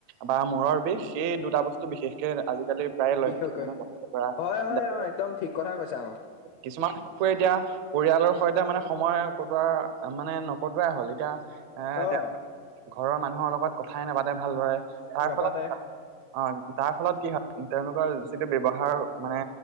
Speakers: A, on the right (about 75°); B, on the left (about 80°).
A: বা মূৰৰ বিষ সেই দুটা বস্তু বিশেষকে আজিকালি প্ৰায় লক্ষ্য
B: বিশেষকৈ
A: মানে লক্ষ্য কৰা
B: হয় হয়
A: দেখা
B: অ
A: যায়।
B: একদম ঠিক কথা কৈছা অ
A: কিছুমান শিশুৱে এতিয়া। পৰিয়ালৰ সৈতে মানে সময় কটোৱা, মানে নকটোৱাই হ'ল, এতিয়া এ
B: অ
A: তেওঁ ঘৰৰ মানুহৰ লগত কথাই নাপাতে ভালদৰে তাৰ
B: নাপাতে
A: ফলত কিবা অ তাৰ ফলত কি হয় তেওঁলোকৰ যিটো ব্যৱহাৰ মানে